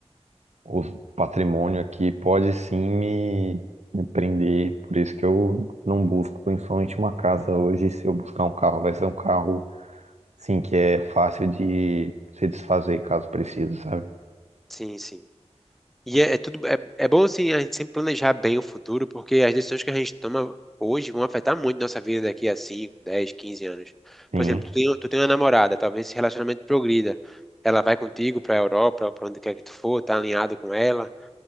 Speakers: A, on the right; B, in the centre.
A: o patrimônio aqui pode sim me, me prender. Por isso que eu não busco principalmente uma casa hoje. Se eu buscar um carro, vai ser um carro, sim, que é fácil de se desfazer caso precise, sabe?
B: Sim, sim. E é, é tudo é, é bom assim a gente sempre planejar bem o futuro, porque as decisões que a gente toma hoje vão afetar muito nossa vida daqui a 5, 10, 15 anos.
A: Sim,
B: Por exemplo, tu tem, tu tem uma namorada, talvez esse relacionamento progrida. Ela vai contigo para a Europa, para onde quer que tu for, tá alinhado com ela,